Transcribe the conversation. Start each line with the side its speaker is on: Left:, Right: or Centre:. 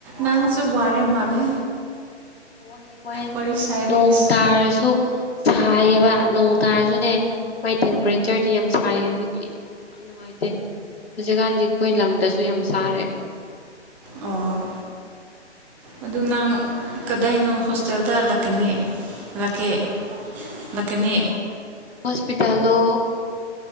Centre: ꯅꯪꯁꯨ ꯋꯥꯔꯦ ꯃꯥꯜꯂꯦ꯫
Left: ꯋꯥꯏꯌꯦ ꯋꯥꯏꯌꯦ
Centre: ꯋꯥꯔꯤ ꯁꯥꯔꯤꯁ
Left: ꯅꯣꯡ ꯇꯥꯔꯁꯨ ꯁꯥꯏꯌꯦꯕ ꯅꯣꯡ ꯇꯥꯔꯖꯨꯅꯦ ꯃꯥꯏ ꯇꯦꯝꯄ꯭ꯔꯦꯆꯔꯗꯤ ꯌꯥꯝ ꯁꯥꯏꯌꯦ ꯑꯗꯨꯒꯤ ꯌꯥꯝ ꯅꯨꯡꯉꯥꯏꯇꯦ ꯍꯧꯖꯤꯛꯀꯥꯟꯗꯤ ꯑꯈꯣꯏ ꯂꯝꯗꯁꯨ ꯌꯥꯝ ꯁꯥꯔꯦ꯫
Centre: ꯑꯣ ꯑꯗꯨ ꯅꯪ ꯀꯗꯥꯏꯅꯣ ꯍꯣꯁꯇꯦꯜꯗ ꯂꯛꯀꯅꯤ ꯂꯛꯀꯦ꯫ ꯂꯛꯀꯅꯤ
Left: ꯍꯣꯁꯄꯤꯇꯥꯜꯂꯣ